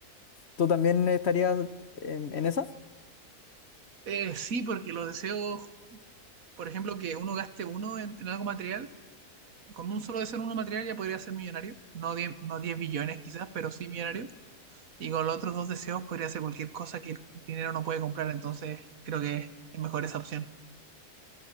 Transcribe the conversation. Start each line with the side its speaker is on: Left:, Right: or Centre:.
Left: tú también estarías en, en esa?
Right: Eh, sí, porque los deseos, por ejemplo, que uno gaste uno en, en algo material, con un solo deseo en uno material ya podría ser millonario. No 10, no 10 billones quizás, pero sí millonario. Y con los otros dos deseos podría hacer cualquier cosa que el dinero no puede comprar. Entonces, creo que es mejor esa opción.